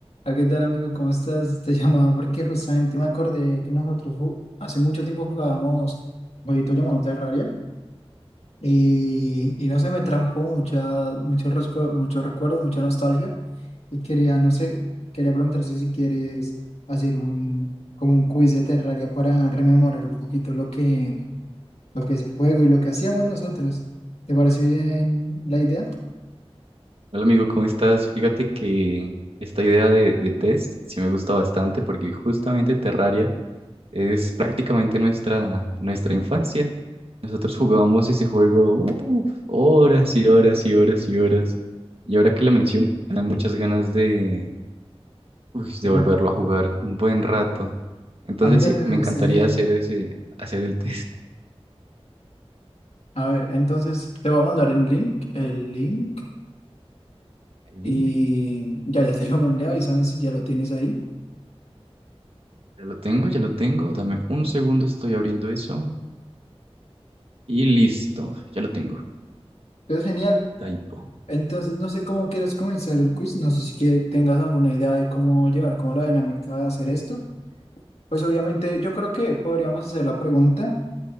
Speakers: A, on the left; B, on the right.
A: Ah, ¿Qué tal, amigo? ¿Cómo estás? Te <laughs> llamaba porque justamente me acordé que nosotros ju- hace mucho tiempo jugábamos un jueguito llamado Terraria y, y no sé, me trajo como mucha, mucho, rescu- mucho recuerdo, mucha nostalgia y quería, no sé, quería preguntarte si quieres hacer un, como un quiz de Terraria para rememorar un poquito lo que, lo que es el juego y lo que hacíamos nosotros. ¿Te pareció bien la idea?
B: Hola amigo, ¿cómo estás? Fíjate que esta idea de, de test sí me gusta bastante porque justamente Terraria es prácticamente nuestra, nuestra infancia. Nosotros jugábamos ese juego uf, horas y horas y horas y horas. Y ahora que lo mencionan, muchas ganas de, uy, de
A: Ajá.
B: volverlo a jugar un buen rato. Entonces
A: A mí también
B: sí, me
A: me
B: encantaría
A: gustaría.
B: hacer ese, hacer el test.
A: A ver, entonces te voy a mandar el link, el link
B: El
A: y
B: INE.
A: ya, ya te lo mandé, avísame si ya lo tienes ahí.
B: Ya lo tengo, ya lo tengo. Dame un segundo, estoy abriendo eso. Y listo, ya lo tengo.
A: Pero genial.
B: Daipo.
A: Entonces, no sé cómo quieras comenzar el quiz, no sé si que tengas alguna idea de cómo llevar, como la dinámica de hacer esto. Pues obviamente yo creo que podríamos hacer la pregunta,